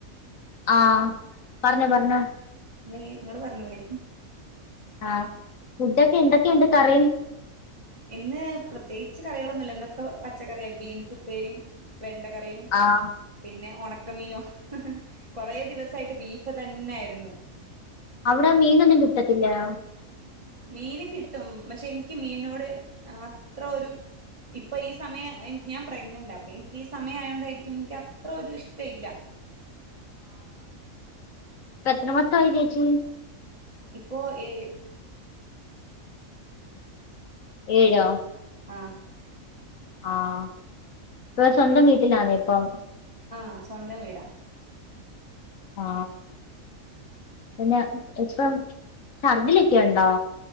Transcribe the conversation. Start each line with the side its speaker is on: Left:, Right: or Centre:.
Left: ആ പർഞ്ഞോ പർഞ്ഞോ
Right: <unintelligible> ഇങ്ങള് പറഞ്ഞൂടി
Left: ആഹ് ഫുഡൊക്കെ എന്തൊക്കെയുണ്ട് കറി
Right: ഇന്ന് പ്രത്യേകിച്ച് കറികളൊന്നുല്ല ഇന്ന് പ്പോ പച്ചക്കറിയാ ബീൻസ് ഇപ്പേരിം വെണ്ടകറിയും
Left: ആഹ്
Right: പിന്നെ ഉണക്കമീനും കൊറേ ദിവസായിട്ട് ബീഫ് തന്നെ. <unintelligible> യിരുന്നു.
Left: അവ്ടാ മീനൊന്നും കിട്ടത്തില്ലാ
Right: മീന് കിട്ടും പക്ഷെ ഇൻക്കി മീനോട് അത്ര ഒരു ഇ ഇപ്പൊ ഈ സമയം എനി ഞാൻ പ്രഗ്നന്റാ അപ്പനിക്കീ സമയായോണ്ടായിരിക്കും എനിക്ക് അത്ര ഒരു ഇഷ്ടയില്ല.
Left: ഇപ്പോ എത്ര മൊത്തായി ചേച്ചി
Right: ഇപ്പോ ഏഴ്
Left: ഏഴോ
Right: ആ
Left: ആഹ ഇപ്പൊ സ്വന്തം വീട്ടിലാന്നോ ഇപ്പം
Right: ആ സ്വന്തം വീടാ
Left: ആ പിന്നെ ഇപ്പം ഛർദിലൊക്കെയുണ്ടോ?